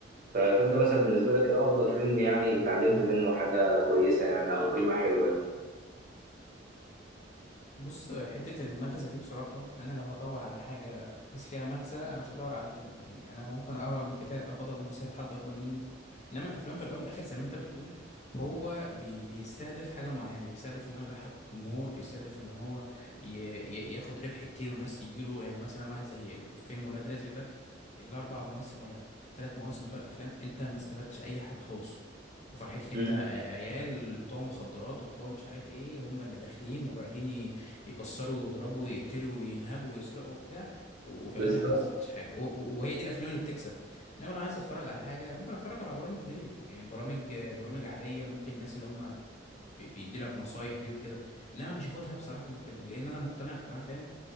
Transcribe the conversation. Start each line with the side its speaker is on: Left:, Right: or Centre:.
Right: ف- فانت مثلا بالنسبه لك ايه افضل فيلم يعني اتعلمت منه حاجه كويسه يعني او قيمه حلوه
Left: بص حتة المغزى دي بصراحة أنا لو هدور على حاجة أحس فيها مغزى أنا مش هدور على فيلم يعني أنا ممكن أقرأ من كتاب أخدها من نصيحة حد أكبر مني إنما الأفلام في الأول والآخر زي ما أنت بتقول هو بي بيستهدف حاجة معينة بيستهدف إن هو يضحك الجمهور بيستهدف إن هو ي ي ياخد ربح كتير والناس يجيله يعني مثلا واحد زي فيلم ولاد رزق ده الأربع مواسم ولا التلات مواسم بتوع الأفلام أنت ما استفدتش أي حاجة خالص فرحتي
Right: مم.
Left: انت عيال بتوع مخدرات وبتوع مش عارف ايه هم اللي داخلين ورايحين يكسروا ويضربوا ويقتلوا وينهبوا ويسرقوا وبتاع و- وفي
Right: بالظبط
Left: الاخر انت ما استفدتش حاجه و- و- وهي دي الافلام اللي بتكسب انما لو عايز اتفرج على حاجه ممكن اتفرج على برامج دي يعني برامج برامج عاديه ممكن الناس اللي هم بيدي لك نصايح دي وكده انما مش هاخدها بصراحه من فيلم لان انا مقتنع اقتناع تام